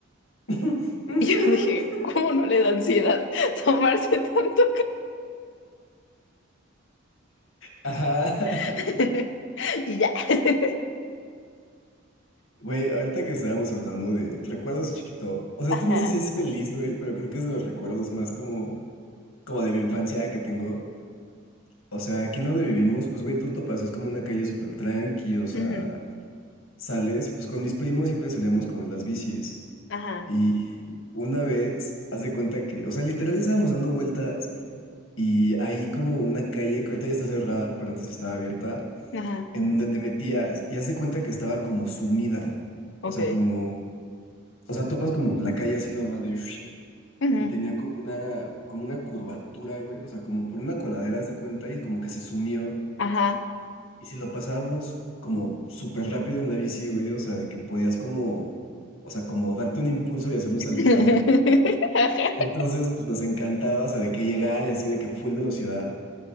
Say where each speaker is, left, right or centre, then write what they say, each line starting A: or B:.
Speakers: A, on the left (about 75°); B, on the left (about 60°).
A: <laughs>
B: <laughs>
A: Ujú.
B: Y yo dije, ¿cómo no le da ansiedad tomarse tanto
A: Ajá.
B: café? <laughs> Y ya. <laughs>
A: Güey, ahorita que estábamos hablando de recuerdos de chiquito, o sea,
B: Ajá.
A: este no sé si es feliz, güey, pero creo que es de los recuerdos más como, como de mi infancia que tengo. O sea, aquí en donde vivimos, pues, güey, tú topas, es como una calle súper tranqui, o sea,
B: Ujú.
A: sales y pues con mis primos siempre salíamos como en las bicis.
B: Ajá.
A: Y una vez, haz de cuenta que, o sea, literal estábamos dando vueltas y hay como una calle que ahorita ya está cerrada, pero antes estaba abierta,
B: Ajá.
A: en donde te metías y haz de cuenta que estaba como sumida.
B: Ok.
A: O sea, como O sea, topas como la calle así normal de...
B: Ujú.
A: Y tenía como una, como una curvatura, güey. O sea, como por una coladera, haz de cuenta, y como que se sumió.
B: Ajá.
A: Y si lo pasábamos como súper rápido en la bici, güey. O sea, de que podías como... O sea, como darte un impulso y hacer un saltito.
B: <laughs>
A: Entonces, pues nos encantaba, o sea, de que llegaba y así de que full velocidad.